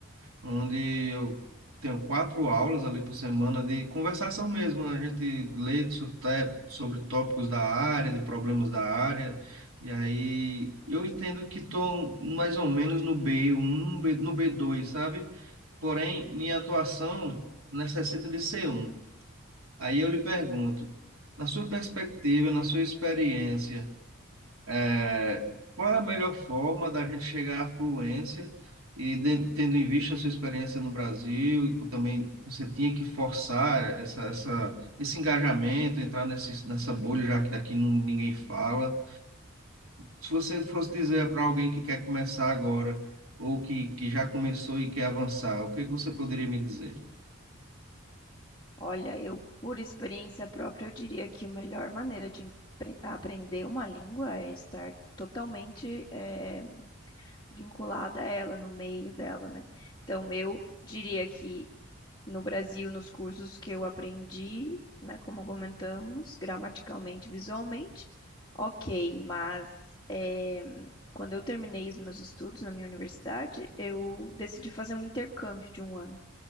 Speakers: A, on the right; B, on the left.
A: onde eu tenho quatro aulas ali por semana de conversação mesmo. né? A gente lê so- te- sobre tópicos da área, de problemas da área, e aí eu entendo que estou mais ou menos no b um B- no b dois sabe? Porém, minha atuação necessita de c um Aí eu lhe pergunto, na sua perspectiva, na sua experiência, é, qual é a melhor forma da gente chegar à fluência e de- tendo em vista a sua experiência no Brasil e co- também você tinha que forçar essa, essa, esse engajamento, entrar nesse, nessa bolha já que aqui não, ninguém fala. Se você fosse dizer para alguém que quer começar agora ou que, que já começou e quer avançar, o que que você poderia me dizer?
B: Olha, eu, por experiência própria, eu diria que a melhor maneira de empre- aprender uma língua é estar totalmente eh, vinculada a ela, no meio dela, né? Então, eu diria que no Brasil, nos cursos que eu aprendi, né, como comentamos, gramaticalmente, visualmente, ok, mas eh, quando eu terminei os meus estudos na minha universidade, eu decidi fazer um intercâmbio de um ano.